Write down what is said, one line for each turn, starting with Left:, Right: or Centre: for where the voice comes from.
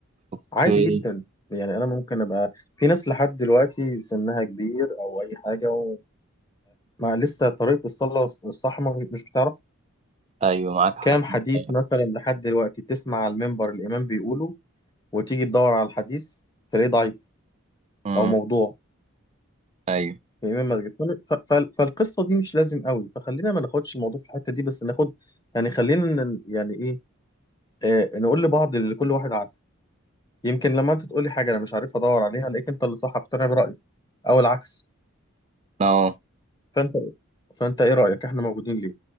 Right: أوكي
Left: عادي جدا يعني انا ممكن ابقى في ناس لحد دلوقتي سنها كبير او اي حاجة وما لسه طريقة الصلاة الصح ما- مش بتعرف
Right: أيوه معاك حق
Left: كام حديث
Right: أيوه
Left: مثلا لحد دلوقتي تسمع على المنبر الامام بيقوله وتيجي تدور على الحديث تلاقيه ضعيف
Right: أمم،
Left: او موضوع
Right: أيوه
Left: امام مسجد فال- ف- فال- فالقصه دي مش لازم قوي فخلينا ما ناخدش الموضوع في الحته دي بس ناخد يعني خلينا ن- يعني ايه آه نقول لبعض اللي كل واحد عارفه يمكن لما انت تقولي حاجه انا مش عارف ادور عليها الاقيك انت اللي صح اقتنع برايي او العكس
Right: أه
Left: فانت فانت ايه رايك احنا موجودين ليه